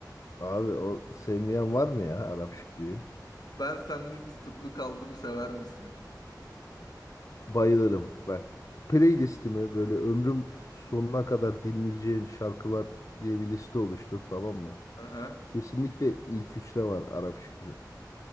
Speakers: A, on the left (about 50°); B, on the left (about 65°).
A: Abi o sevmeyen var mı ya Arap Şükrü'yü?
B: Ben senli tutuklu kaldım sever misin?
A: Bayılırım. Bak playlistimi böyle ömrüm sonuna kadar dinleyeceğin şarkılar diye bir liste oluştur tamam mı?
B: Aha.
A: Kesinlikle ilk üçte var Arap Şükrü.